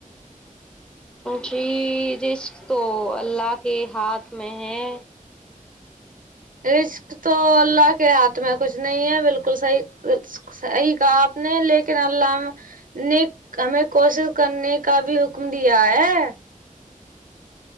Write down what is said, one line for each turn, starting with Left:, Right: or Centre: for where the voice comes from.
Centre: جی رسک تو اللہ کے ہاتھ میں ہے
Right: رشق تو اللہ کے ہاتھ میں کچھ نہیں ہے بالکل صحیح صحیح کہا آپ نے لیکن اللہ نے ہمیں کوشش کرنے کا بھی حکم دیا ہے